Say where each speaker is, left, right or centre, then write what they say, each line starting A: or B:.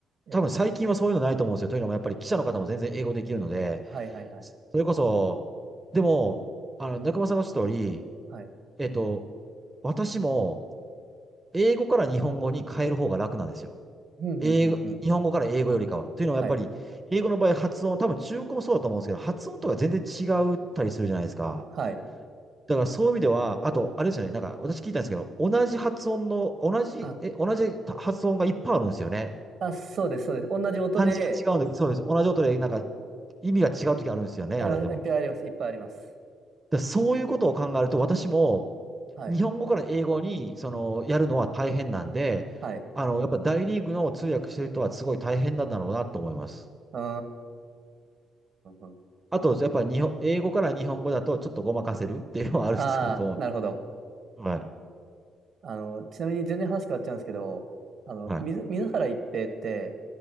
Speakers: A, on the right; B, on the right.
A: え、
B: 多分最近はそういうのないと思うんですよ。というのもやっぱり記者の方も全然英語できるので、
A: はいはいはい。
B: それこそ、でも、あの、中間さんがおっしゃった通り、
A: はい。
B: えっと、私も英語から日本語に変える方が楽なんですよ。
A: ふんふんふんふん。
B: 英語、日本語から英語よりかは。というのはやっぱり、
A: はい。
B: 英語の場合発音、多分中国語もそうだと思うんですけど、発音とか全然違ったりするじゃないですか。
A: はい。
B: だからそういう意味では、あと、あれですよね、なんか私聞いたんですけど、同じ発音の、同じ、
A: あ、
B: え、同じ発音がいっぱいあるんですよね。
A: あ、そうです、そうです。同じ音で、
B: 漢字が違うんで、そうです。同じ音で、なんか意味が違う時あるんですよね、
A: ありますいっぱいあります。
B: あれでも。
A: いっぱいあります。
B: だからそういうことを考えると、私も
A: はい。
B: 日本語から英語に、その、やるのは大変なんで、
A: はい。
B: あの、やっぱ大リーグの通訳してる人はすごい大変なんだろうなと思います。
A: うーん。
B: あと、やっぱり日本、英語から日本語だとちょっとごまかせるっていうのはあると思
A: ああ、なるほど。
B: う。はい。
A: あの、ちなみに全然話変わっちゃうんですけど、あの、
B: はい。
A: 水、水原一平って、